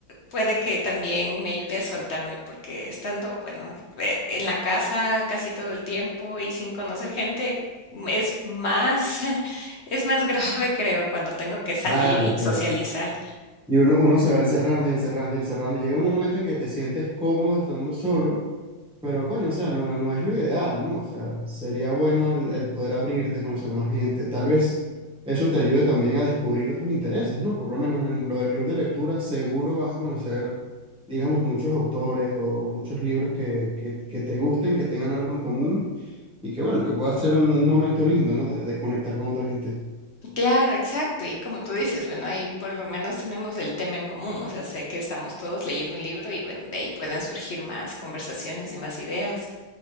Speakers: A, on the left; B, in the centre.
A: puede que también me ayude a soltarme, porque estando, bueno, de- en la casa casi todo el tiempo y sin conocer gente es más, <laughs> es más grave, creo, cuando tengo que salir
B: Claro,
A: y
B: claro.
A: socializar.
B: Y uno, uno se va encerrando y encerrando y encerrando. y Llega un momento en que te sientes cómodo estando solo Pero coño, o sea, no, no es lo ideal, ¿no? O sea, sería bueno el, el poder abrirte, conocer más gente. Tal vez eso te ayude también a descubrir otros intereses, ¿no? Por lo menos en lo del club de lectura, seguro vas a conocer, digamos, muchos autores o muchos libros que, que, que te gusten, que tengan algo en común y que, bueno, que pueda ser un, un momento lindo, ¿no? De, de conectar con otra gente.
A: Claro, exacto. Y como tú dices, bueno, ahí por lo menos tenemos el tema en común. O sea, sé que estamos todos leyendo un libro y bueno, de ahí pueden surgir más conversaciones y más ideas.